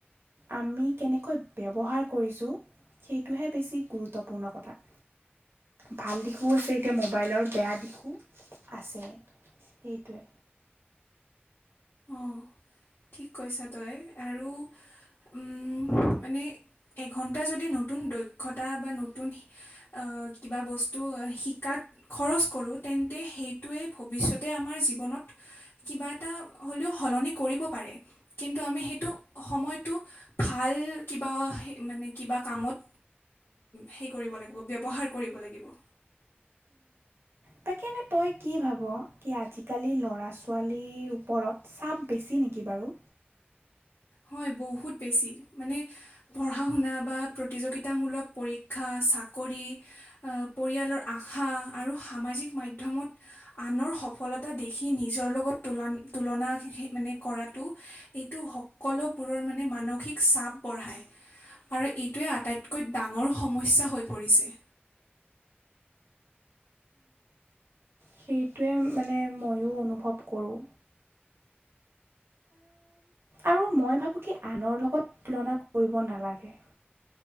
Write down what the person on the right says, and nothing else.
আমি কেনেকৈ ব্যৱহাৰ কৰিছোঁ সেইটোহে বেছি গুৰুত্বপূৰ্ণ কথা ভাল দিশো আছে এতিয়া মোবাইলৰ বেয়া দিশো আছে সেইটোৱে
তাকে এনে তই কি ভাব কি আজিকালি ল'ৰা ছোৱালীৰ ওপৰত চাপ বেছি নেকি বাৰু
সেইটোৱে মানে ময়ো অনুভৱ কৰোঁ আৰু মই ভাবোঁ কি আনৰ লগত তুলনা কৰিব নালাগে।